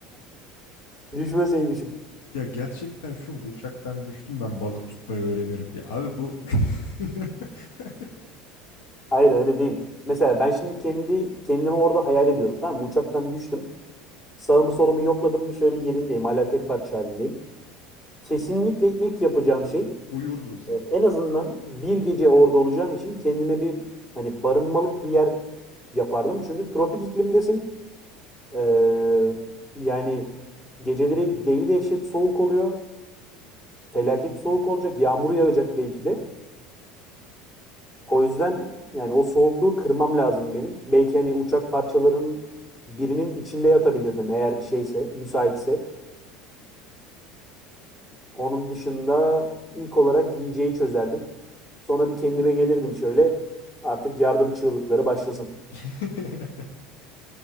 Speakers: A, on the left; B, on the left.
A: <laughs> düşmeseymişim.
B: Ya gerçekten şu mu? Uçaktan düştüm ben balık tutmayı öğrenirim. Ya abi bu <laughs>
A: Hayır öyle değil. Mesela ben şimdi kendi kendimi orada hayal ediyorum tamam mı? Uçaktan düştüm. Sağımı solumu yokladım bir şöyle yerindeyim. Hala tek parça halindeyim. Kesinlikle ilk yapacağım şey
B: uyurdun sen.
A: e, en azından bir gece orada olacağım için kendime bir hani barınmalık bir yer yapardım. Çünkü tropik iklimdesin. Ee, yani geceleri deli dehşet soğuk oluyor. felaket soğuk olacak. Yağmur yağacak belki de. O yüzden yani o soğukluğu kırmam lazım benim. Belki hani uçak parçalarının birinin içinde yatabilirdim eğer şeyse, müsaitse. Onun dışında ilk olarak yiyeceği çözerdim. Sonra bir kendime gelirdim şöyle. Artık yardım çığlıkları başlasın.
B: <laughs>